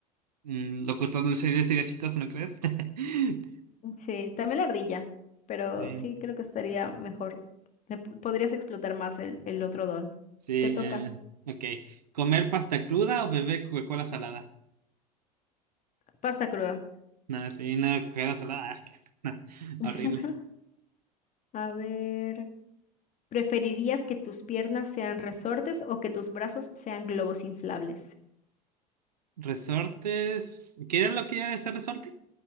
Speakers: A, on the right; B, on the left.
A: mm, lo cortado del cerebro sería chistoso, ¿no crees? <laughs>
B: Sí, también la ardilla, pero
A: Sí,
B: sí creo que estaría mejor. Le po- Podrías explotar más el, el otro don.
A: sí.
B: Te toca.
A: eh, ok. ¿Comer pasta cruda o beber Coca-Cola salada?
B: Pasta cruda.
A: No, sí, no, Coca-Cola salada. ah, qué- asco, no,
B: <laughs>
A: horrible.
B: A ver, ¿preferirías que tus piernas sean resortes o que tus brazos sean globos inflables?
A: Resortes. ¿Qué era lo que iba a decir resorte?